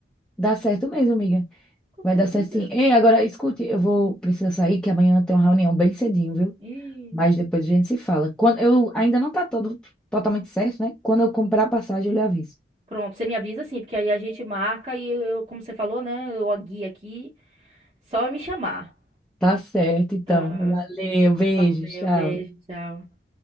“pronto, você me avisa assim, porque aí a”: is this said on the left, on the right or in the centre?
Right